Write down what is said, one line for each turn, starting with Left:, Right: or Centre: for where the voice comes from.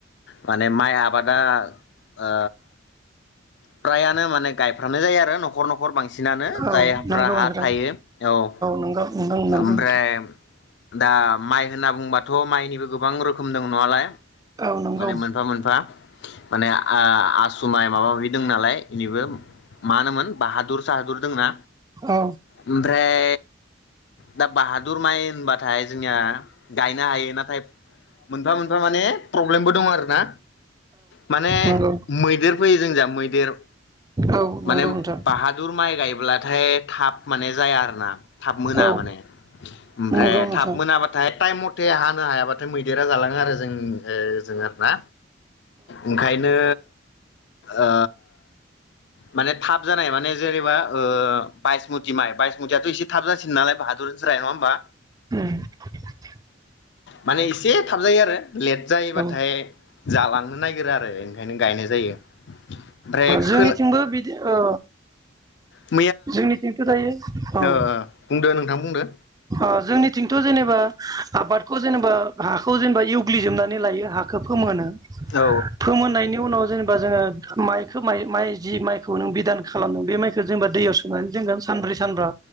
Left: माने माइ आबादा ओ फ्रायानो माने गायफ्रामनाय जायो आरो नखर नखर बांसिन। सिनानो
Right: औ
Left: जायहाफ्रा
Right: नंगौ
Left: हा
Right: नोंथां
Left: थायो औ।
Right: नंगौ नोंथां नंगौ
Left: ओमफ्राय दा माइ होनना बुंबाथ माइनिबो गोबां रोखोम दं नवालाय।
Right: औ नंगौ
Left: माने मोनफा मोनफा माने आसु माइ माबा माबि दं नालाय। इनिबो मा होनोमोन बाहादुर। साहादुर। दंना।
Right: औ
Left: ओमफ्राय दा बाहादुर माइ होनबाथाय जोंनिया गायनो हायो नाथाय मोनफा थारमाने प्रब्लेमबो दङ आरो ना। माने
Right: नंगौ
Left: मैदेर फैयो जों जा मैदेर
Right: औ
Left: माने
Right: नंगौ नोंथां औ नंगौ नोंथां
Left: बाहादुर माइ गायब्लाथाय। थाब माने जाया आरो। ना थाब मोना
Right: औ
Left: माने ओमफ्राइ
Right: नंगौ नोंथां
Left: थाब मोना बाथाय ताइम मथे हा नो हायाबाथाय मैदेरा जालाङो आरो जों ओ जों आरो ना ओंखायनो ओ माने थाब जानाय माने जेनेबा ओ बायसमुथि माइ बायसमुतियाथ एसे थाब जासिनो नालाय बाहादुरनिफ्राइ नंङा होमबा
Right: <inaudible>
Left: माने एसे थाबजायो आरो लेट जायोबाथाय
Right: औ
Left: जालांनो नागिरो आरो ओंखायनो गायनाय जायो ओमफ्राय
Right: जोंनिथिंबो
Left: खो
Right: बिदि औ
Left: <inaudible>
Right: जोंनिथिंथ' दायो औ
Left: ओ बुंदो नोंथां बुंदो
Right: ओ जोंनिथिंथ' जेनेबा आबादखौ जेनेबा हाखौ जेनेबा एवग्लिजोबनानै लायो हाखौ फोमहोनो
Left: औ
Right: फोमोननायनि उनाव जेने जोंङो माइखौ माइ माइ जि माइखौ नों बिदान खालामनो बे माइखौ जोंबा दैयाव सोमनानै दोनगोन सानब्रै सानबा